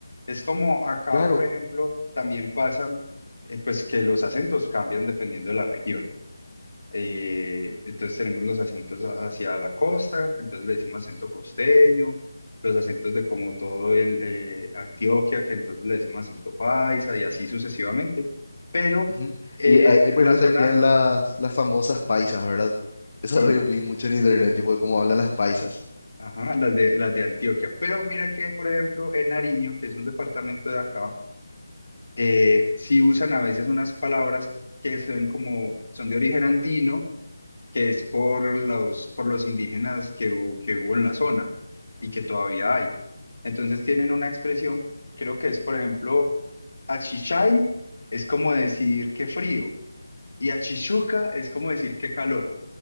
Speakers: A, on the left (about 75°); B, on the left (about 45°).
A: Es como acá,
B: Claro.
A: por ejemplo, también pasan, eh, pues que los acentos cambian dependiendo de la región. Eh, entonces tenemos los acentos hacia la costa, entonces le decimos acento costeño, los acentos de como todo el eh, Antioquia, que entonces le decimos acento paisa y así sucesivamente. Pero
B: ujú.
A: eh,
B: Y ahí, ahí, por
A: la
B: ejemplo,
A: zona,
B: estarían las, las famosas paisas, ¿verdad? Eso
A: sí,
B: es lo que
A: las,
B: vi mucho en
A: las
B: internet,
A: de,
B: tipo de cómo hablan las paisas.
A: ajá, las de, las de Antioquia. Pero mira que, por ejemplo, en Nariño, que es un departamento de acá, eh, sí usan a veces unas palabras que son como, son de origen andino que es por los, por los indígenas que, hu- que hubo en la zona y que todavía hay. Entonces tienen una expresión, creo que es, por ejemplo, achichay es como decir que frío y achichuca es como decir que calor.